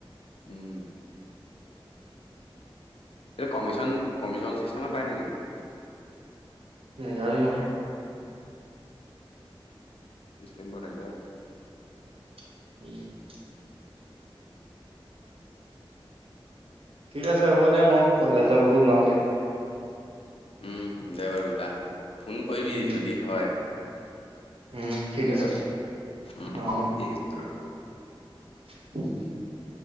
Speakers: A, on the left; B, on the right.
A: উম। এইটো কমিশন কমিশন চিষ্টেমত পায় নেকি?
B: নাজানোঁ নহয়।
A: বিষ্টিম বৰ ডেঞ্জাৰ।
B: <unintelligible> ঠিক আছে হ'ব দে মই কলেজ যাব ওলাওঁগে।
A: উম দে বাৰু ওলা ফোন কৰিবি
B: উম
A: যদি হয়।
B: উম ঠিক
A: শুনিছ,
B: আছে
A: উম
B: অ অ
A: ঠিক আছে বাৰু হব।
B: <unintelligible>